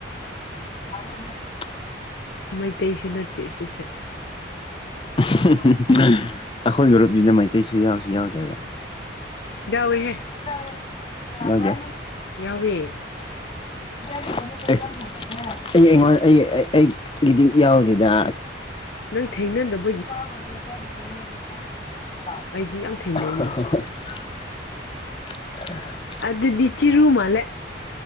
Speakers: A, on the left; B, on the left.
A: <unintelligible>
B: ꯃꯩꯇꯩꯁꯨ ꯅꯠꯇꯦ ꯁꯤꯁꯦ
A: <unintelligible> ꯑꯩꯈꯣꯏ ꯒꯨꯔꯨꯞꯁꯤꯗ ꯃꯩꯇꯩꯁꯨ ꯌꯥꯎꯁꯨ ꯌꯥꯎꯗ꯭ꯔꯒ
B: ꯌꯥꯎꯋꯦꯍꯦ
A: <unintelligible> ꯌꯥꯎꯗꯦ
B: ꯌꯥꯎꯋꯦ
A: <unintelligible> ꯑꯩꯉꯣꯟ ꯑꯩ ꯑꯩꯒꯤꯗꯤ ꯌꯥꯎꯗꯦꯗ
B: ꯅꯪ ꯊꯦꯡꯅꯗꯕ
A: <unintelligible>
B: ꯑꯩꯗꯤ ꯌꯥꯝ
A: <unintelligible>
B: ꯊꯦꯡꯅꯩꯅ ꯑꯗꯨꯗꯤ ꯆꯤꯔꯨ ꯃꯥꯜꯂꯦ